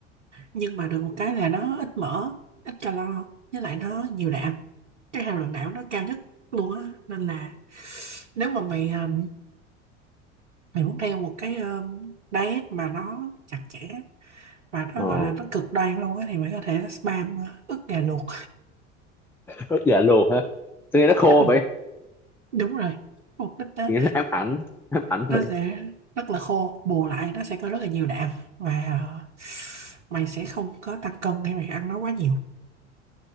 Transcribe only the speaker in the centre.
ờ
ức gà luôn hả sao nghe nó khô
vậy
sao nghe nó ám ảnh ám ảnh
vậy